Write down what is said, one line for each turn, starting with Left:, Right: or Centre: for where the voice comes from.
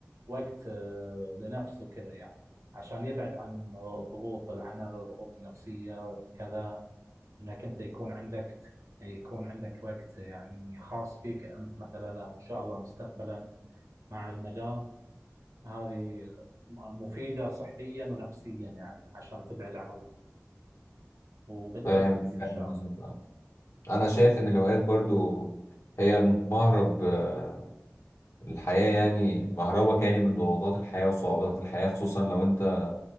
Right: وقت آه، لنفسه كذا يعني عشان يبعد عن آه، ضغوط العمل الضغوط النفسيه كذا انك انت يكون عندك يكون عندك وقت يعني خاص فيك انت مثلا او ان شاء الله مستقبلا مع المدام هذه آه، مفيده صحيا ونفسيا يعني عشان تبعد عن الضغط وبالتوفيق
Left: فاهم
Right: ان
Left: فاهم
Right: شاء الله
Left: قصدك اه أنا شايف إن الهوايات برضو هي المهرب آه، الحياة يعني مهربك يعني من ضغوطات الحياة وصعوبات الحياة خصوصا لو أنت